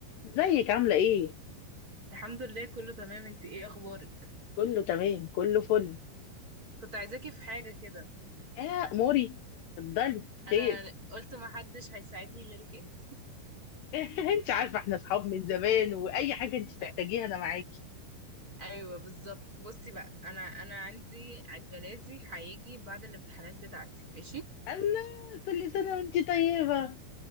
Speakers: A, on the left (about 70°); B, on the right (about 20°).
A: ازيك عاملة ايه؟
B: الحمد لله كله تمام انت ايه اخبارك
A: كله تمام كله فل
B: كنت عايزاكي في حاجة كده
A: اه موري اتفضلي
B: انا
A: خير
B: قلت ما حدش هيساعدني غيرك انت
A: <laughs> انت عارفة احنا اصحاب من زمان واي حاجة انت
B: <laughs>
A: تحتاجيها انا معاكي
B: ايوه بالظبط بصي بقى انا انا عندي عيد ميلادي هيجي بعد الامتحانات بتاعتي ماشي
A: الله كل سنة وانت طيبة